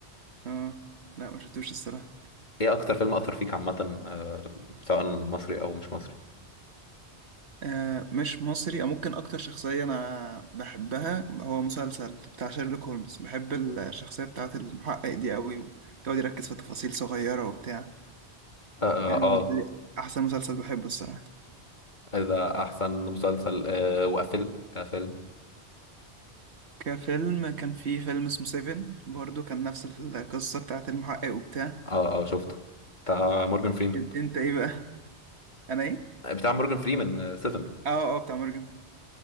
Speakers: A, on the right (about 70°); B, on the left (about 40°).
A: اه لا ما شفتوش الصراحه
B: ايه اكتر فيلم اثر فيك عامة آه سواء مصري او مش مصري
A: آه، مش مصري او ممكن اكتر شخصية انا بحبها هو مسلسل بتاع شيرلوك هولمز بحب الشخصية بتاعة المحقق دي قوي ويقعد يركز في تفاصيل صغيرة وبتاع
B: اه
A: يعني
B: اه,
A: بالنسبة لي احسن مسلسل بحبه الصراحة
B: آه ده احسن مسلسل آه وفيلم كفيلم
A: كفيلم كان في فيلم اسمه سيفن برضو كان نفس القصة بتاعة المحقق وبتاع
B: اه اه شفته بتاع مورجان فريمان
A: إن- انت ايه بقى <laughs> انا ايه
B: بتاع مورجان فريمان 7
A: اه اه بتاع مورجان